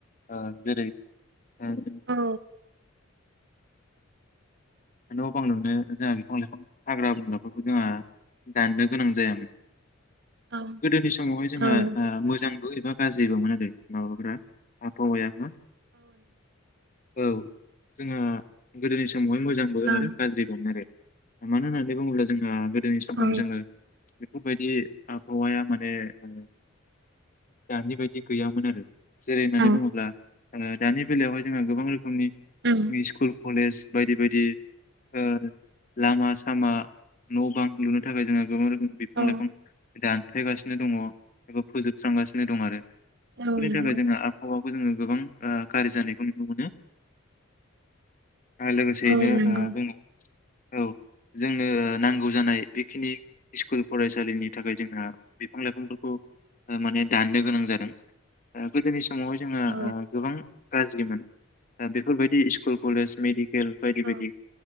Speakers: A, on the left (about 40°); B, on the right (about 55°).
A: ओ जेरै ओ
B: औ
A: न बां नुनो जोङो बिफां लाइफां हाग्रा बंग्राफोरखौ जोङो दाननो गोनां जायामोन
B: औ
A: गोदोनि समावहाय जोंहा
B: औ नंगौ
A: मोजांबो मा गाज्रिबोमोन आरो माबाफ्रा आबहावाया ना औ जोङो गोदोनि समावहाय मोज बो
B: ओं
A: आरो गाज्रि मोन आरो मानोना लेबा बुंब्ला जोंहा गोद दिनै समाव
B: औ
A: जोङो बेफोरबायदि आबहावाया माने ओ दानि बायदि गैयामोन आरो जेरै होननानै
B: औ
A: बुंङोब्ला जोङो दानि बेलायावहाय जोंहा गोबां रोखोमनि
B: उम
A: मिसकल कलेज बायदि बायदि ओ लामा सामा न' बां लुनो थाखाय जोङो गोबां रोखोम बिफां
B: औ
A: लाइफां दानफायगासिनो दङ एबा फोजोबस्रांगासिनो दं आरो बेफोरनि
B: औ नंगौ
A: थाखाय जोङो आबहावाखौ जोङो गोबां ओ गाज्रि जानायखौ नुनो मोनो आरो लोगोसेयैनो
B: औ नंगौ
A: ओ जों औ जोंनो नांगौ जानाय बेखिनि स्कुल फरायसालिनि थाखाय जोंहा बिफां लाइफांफोरखौ ओ माने दाननो गोनां जादों ओ गोदोनि समावहाय जोङो
B: औ
A: ओ गोबां गाज्रिमोन दा बेफोरबायदि स्कुल कलेज मेडि खेल बायदि
B: औ
A: बायदि